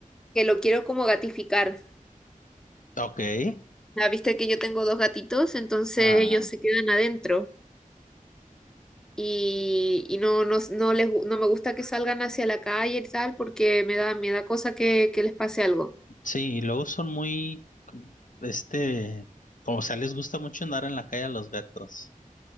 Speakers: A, in the centre; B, on the left.
A: que lo quiero como gatificar.
B: ok.
A: Ya viste que yo tengo dos gatitos, entonces
B: Ah,
A: ellos se quedan adentro y, y no, no, no les, gu- no me gusta que salgan hacia la calle y tal porque me da, me da cosa que, que les pase algo.
B: sí, y luego son muy, este, como sea, les gusta mucho andar en la calle a los gatos.